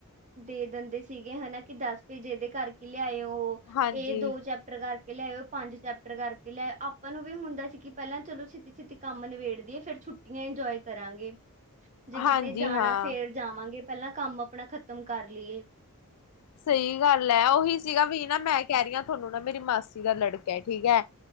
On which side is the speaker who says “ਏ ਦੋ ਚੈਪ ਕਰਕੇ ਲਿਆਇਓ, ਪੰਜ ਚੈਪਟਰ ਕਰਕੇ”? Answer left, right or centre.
Right